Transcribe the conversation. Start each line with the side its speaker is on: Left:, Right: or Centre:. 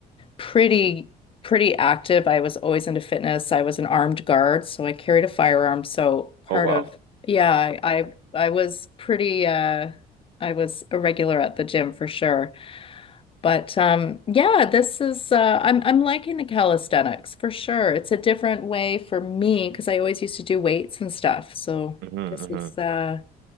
Left: pretty, pretty active. I was always into fitness. I was an armed guard, so I carried a firearm. So part
Right: Oh wow.
Left: of, yeah, I, I, I was pretty, uh, I was a regular at the gym for sure. But um, yeah, this is uh, I'm I'm liking the calisthenics for sure. It's a different way for me because I always used to do weights and stuff. So
Right: hmm
Left: this is
Right: hmm
Left: uh,